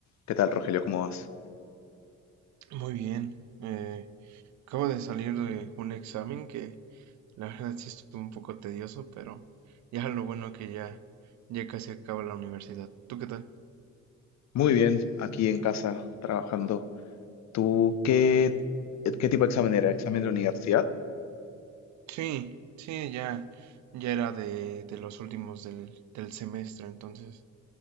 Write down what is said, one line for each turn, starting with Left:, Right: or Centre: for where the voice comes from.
Left: ¿Qué tal, Rogelio? ¿Cómo vas?
Right: Muy bien. eh, acabo de salir de un examen que la verdad sí estuvo un poco tedioso, pero ya lo bueno que ya, ya casi acaba la universidad. ¿Tú qué tal?
Left: Muy bien, aquí en casa trabajando. ¿Tú qué, qué tipo de examen era? ¿Examen de universidad?
Right: Sí, sí, ya, ya era de, de los últimos del, del semestre, entonces